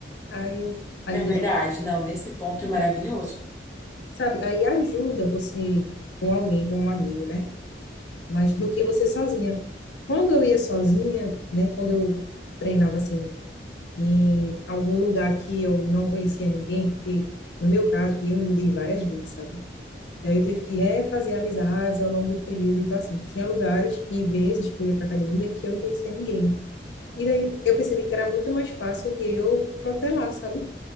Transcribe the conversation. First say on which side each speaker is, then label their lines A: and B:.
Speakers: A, on the left (about 70°); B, on the left (about 15°).
A: Aí eu, às
B: É
A: vezes,
B: verdade, não, nesse ponto é maravilhoso.
A: sabe, aí ajuda você com alguém, com um amigo, né? Mas do que você sozinha. Quando eu ia sozinha, né, quando eu treinava assim, em algum lugar que eu não conhecia ninguém, porque no meu caso, eu me mudei várias vezes, sabe? E aí eu tive que refazer amizades ao longo do período. Então, assim, tinha lugares e vezes que eu ia para academia que eu não conhecia ninguém. E daí eu percebi que era muito mais fácil de eu protelar, sabe?